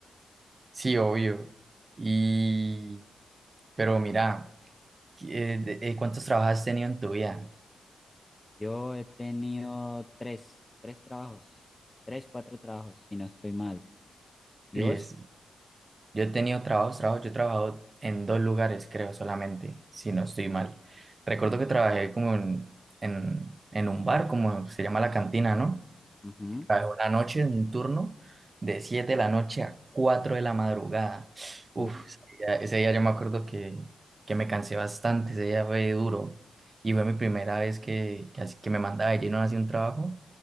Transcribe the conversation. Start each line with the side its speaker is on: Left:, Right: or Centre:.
Right: Sí, obvio. Y, pero mira, ¿qué- de- eh, ¿cuántos trabajos has tenido en tu vida?
Left: Yo he tenido tres, tres trabajos, tres, cuatro trabajos, si no estoy mal. ¿Y
Right: Y
Left: vos?
Right: es- yo he tenido trabajos, trabajos, yo he trabajado en dos lugares, creo, solamente, si no estoy mal.
Left: ¿Qué?
Right: Recuerdo que trabajé como en, en, en un bar, como se llama la cantina, ¿no?
Left: Ujú,
Right: ¿sabes? Una noche, un turno de 7 de la noche a 4 de la madrugada. Uf,
Left: Uf,
Right: ese día, ese día yo me acuerdo que, que me cansé bastante, ese día fue duro. Y fue mi primera vez que, que, así- que me mandaba de lleno hacia un trabajo.